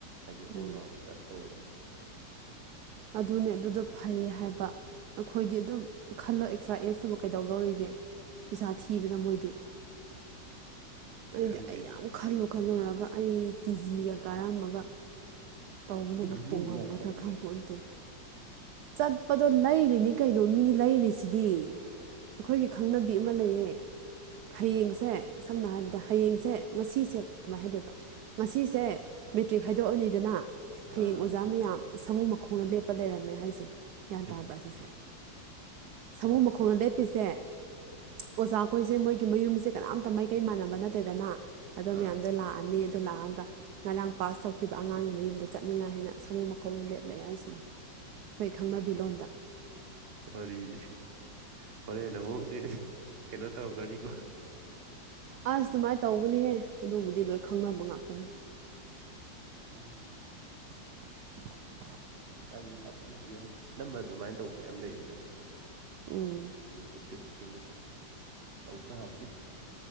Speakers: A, on the right; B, on the right.
A: ꯍꯥꯏꯗꯤ ꯑꯣꯜ
B: ꯎꯝ
A: ꯔꯥꯎꯟ ꯇꯁ ꯇꯧꯕꯗꯣ
B: ꯑꯗꯨꯅꯦ ꯑꯗꯨꯗꫭ ꯐꯩꯌꯦ ꯍꯥꯏꯕ ꯑꯈꯣꯏꯗꯤ ꯑꯗꯨꯝ ꯈꯜꯂꯣ ꯑꯦꯛꯁꯇ꯭ꯔꯥ ꯑꯦꯁꯇꯕꯨ ꯀꯩꯗꯧꯗꯧꯔꯤꯒꯦ ꯄꯩꯁꯥ ꯊꯤꯕꯗ ꯃꯣꯏꯗꯤ ꯑꯩꯗꯤ
A: ꯈꯪꯗꯦꯗ
B: ꯑꯩ ꯌꯥꯝ ꯈꯜꯂꯨ ꯈꯜꯂꯨꯔꯒ ꯑꯩ ꯇꯤꯖꯤꯒ ꯀꯥꯔꯝꯃꯒ ꯇꯧꯕꯅꯕꯨ
A: ꯑꯗꯨ ꯒ꯭ꯔꯨꯃꯤꯡꯗꯤ
B: ꯇꯣꯡꯉꯝꯒꯗ꯭ꯔꯥ
A: ꯌꯥꯝ ꯆꯠꯂꯤꯗ
B: ꯈꯪꯄꯣꯟꯇꯦ ꯆꯠꯄꯗꯣ ꯂꯩꯔꯤꯅꯤ ꯀꯩꯅꯣ ꯃꯤ ꯂꯩꯔꯤꯁꯤꯗꯤ ꯑꯩꯈꯣꯏꯒꯤ ꯈꯪꯅꯕꯤ ꯑꯃ ꯂꯩꯌꯦ ꯍꯌꯦꯡꯁꯦ
A: ꯑꯣ
B: ꯁꯝꯅ ꯍꯥꯏꯕꯗ
A: ꯑꯥ
B: ꯍꯌꯦꯡꯁꯦ ꯉꯁꯤꯁꯦ ꯑꯗꯨꯃꯥꯏꯅ ꯍꯥꯏꯗꯣꯏꯕ ꯉꯁꯤꯁꯦ ꯃꯦꯇ꯭ꯔꯤꯛ ꯍꯥꯏꯗꯣꯛꯑꯅꯤꯗꯅ
A: ꯑꯥ
B: ꯍꯌꯦꯡ ꯑꯣꯖꯥ ꯃꯌꯥꯝ ꯁꯥꯃꯨ ꯃꯈꯣꯡꯗ ꯂꯦꯞꯄ ꯂꯩꯔꯝꯃꯦ ꯍꯥꯏꯁꯦ ꯒ꯭ꯌꯥꯟ
A: ꯑꯦ
B: ꯇꯥꯕ꯭ꯔꯥ ꯁꯤꯁꯦ ꯁꯃꯨ ꯃꯈꯣꯡꯗ ꯂꯦꯞꯄꯤꯁꯦ ꯑꯣꯖꯥꯈꯣꯏꯁꯦ ꯃꯣꯏꯒꯤ ꯃꯌꯨꯝꯁꯦ ꯀꯅꯥꯝꯇ ꯃꯥꯏꯀꯩ ꯃꯥꯟꯅꯕ ꯅꯠꯇꯦꯗꯅ ꯑꯗꯣ
A: ꯑꯥ
B: ꯃꯌꯥꯝꯗ ꯂꯥꯛꯑꯅꯤ ꯑꯗꯨ ꯂꯥꯛꯑꯒ ꯉꯔꯥꯡ ꯄꯥꯁ ꯇꯧꯈꯤꯕ ꯑꯉꯥꯡꯒꯤ ꯃꯌꯨꯝꯗ ꯆꯠꯅꯤꯡꯉꯥꯏ ꯍꯥꯏꯅ ꯁꯃꯨ ꯃꯈꯣꯡꯗ ꯂꯦꯞ ꯂꯩ ꯍꯥꯏꯁꯤꯅꯦ ꯑꯩꯈꯣꯏ ꯈꯪꯅꯕꯤ ꯂꯣꯟꯗ
A: ꯋꯥꯔꯤꯁꯦ ꯍꯣꯔꯦꯟ ꯑꯃꯨꯛꯁꯤ ꯀꯩꯅꯣ ꯇꯧꯔꯛꯀꯅꯤꯀꯣ
B: ꯑꯁ ꯑꯗꯨꯃꯥꯏ ꯇꯧꯕꯅꯤꯍꯦ ꯑꯗꯨꯕꯨꯗꯤ ꯂꯣꯏ ꯈꯪꯅꯕ ꯉꯥꯛꯇꯅꯦ
A: ꯎꯝ
B: inaudible
A: ꯍꯧꯖꯤꯛꯀꯥꯟꯁꯤ ꯁꯥꯊꯤ ꯁꯥꯊꯤꯕ ꯑꯅꯝꯕ ꯑꯗꯨꯃꯥꯏꯅ ꯇꯧꯕ ꯃꯌꯥꯝ ꯂꯩꯔꯦꯗꯀꯣ
B: ꯎꯝ
A: ꯑꯗꯨ ꯆꯦꯛꯁꯤꯟ ꯆꯦꯛꯁꯤꯟꯅ ꯇꯧꯇꯕꯅꯤ